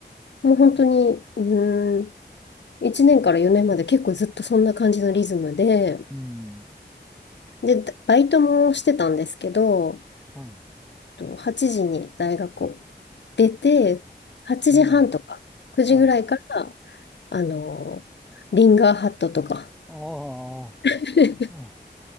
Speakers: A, on the left (about 75°); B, in the centre.
A: もう本当に、うーん、1年から4年まで結構ずっとそんな感じのリズムで、
B: うん、
A: で、バイトもしてたんですけど、
B: は
A: と8時に大学を出て、8時半とか9時ぐらいから、
B: い。ええ、はい。
A: あの、リンガーハットとか、
B: あ
A: <laughs>
B: あ、う